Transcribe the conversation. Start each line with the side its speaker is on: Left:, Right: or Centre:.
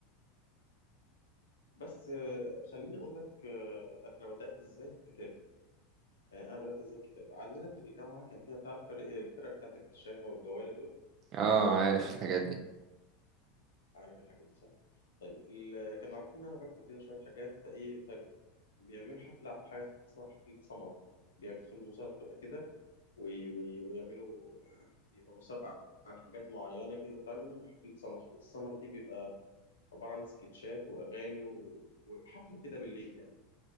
Left: بس آه، خليني أقول لك آه، أنا بدأت إزاي الكتابة يعني انا بدات ازاي الكتاب عندنا في الجامعه كان فيها تعرف فريق- الفرق بتاعت الكشافه والجواله دول
Right: اه عارف الحاجات دي
Left: عارف الحاجات دي صح طيب ال- كانوا عارفين ان انا بكتب كده شويه حاجات فايه فبيعملوا حفله حاجه اسمها حفله سمر يعني بيدخلوا مسابقه كده وي وي ويعملوا بيبقى مسابقه عن حاجات معينه كده بتعمل منهم حفله سمر حفله السمر دي بيبقى عباره عن سكتشات واغاني و- وحفله كده بالليل يعني